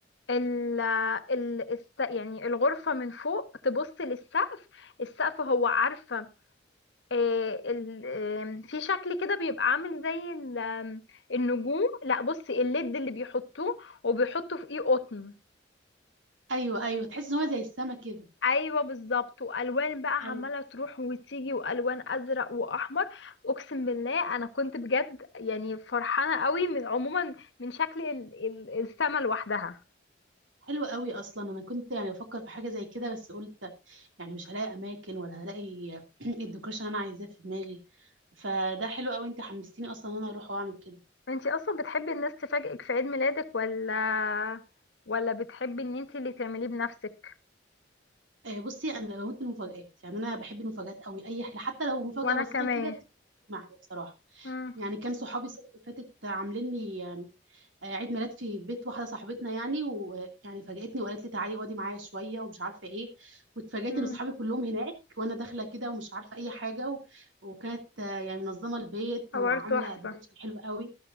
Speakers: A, on the left; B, on the right.
A: ال ال الس- يعني الغرفة من فوق تبص للسقف السقف هو عارفة آه، ال- آم، في شكل كده بيبقى عامل زي ال- آم، النجوم لا بصي الليد اللي بيحطوه وبيحطوا في ايه قطن
B: ايوه ايوه تحس ان هو زي السما كده
A: ايوه بالظبط والوان بقى
B: ايوه
A: عماله تروح وتيجي والوان ازرق واحمر اقسم بالله انا كنت بجد يعني فرحانه قوي من عموما من شكل ال- ال- السما لوحدها
B: حلو قوي اصلا انا كنت يعني بفكر في حاجه زي كده بس قلت يعني مش هلاقي اماكن ولا هلاقي <clears throat> الديكوريشن اللي انا عايزاه في دماغي فده حلو قوي انت حمستيني اصلا ان انا اروح واعمل كده
A: انتي اصلا بتحبي الناس تفاجئك في عيد ميلادك ولا ولا بتحبي ان انتي اللي تعمليه بنفسك
B: آه، بصي انا بموت المفاجآت يعني انا بحب المفاجآت قوي اي حاجه حتى لو مفاجاه
A: وانا
B: بسيطه
A: كمان
B: كده بتفرق معايا بصراحه
A: امم
B: يعني كان صحابي السنه اللي فاتت عاملين لي آه، عيد ميلاد في بيت واحده صاحبتنا يعني ويعني فاجأتني وقالت لي تعالي اقعدي معايا شويه ومش عارفه ايه واتفاجأت
A: امم
B: ان اصحابي كلهم هناك وانا داخله كده ومش عارفه اي حاجه و... وكانت آه، يعني منظمه البيت
A: حوار
B: وعامله
A: تحفه
B: ديكوريشن حلو قوي